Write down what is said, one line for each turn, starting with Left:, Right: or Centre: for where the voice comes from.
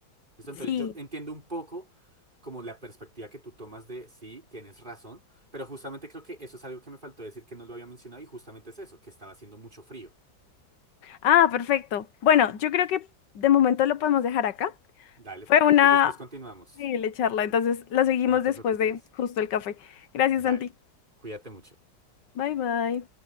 Right: ¿Listo? Entonces
Left: Sí.
Right: yo entiendo un poco como la perspectiva que tú tomas de sí, tienes razón, pero justamente creo que eso es algo que me faltó decir que no lo había mencionado y justamente es eso, que estaba haciendo mucho frío.
Left: Ah, perfecto. Bueno, yo creo que de momento lo podemos dejar acá.
Right: Dale,
Left: Fue
Right: perfecto.
Left: una
Right: Después continuamos.
Left: increíble charla, entonces la seguimos
Right: No
Left: después
Right: te preocupes.
Left: de justo el café. Gracias,
Right: Dale.
Left: Santi.
Right: Cuídate mucho.
Left: Bye, bye.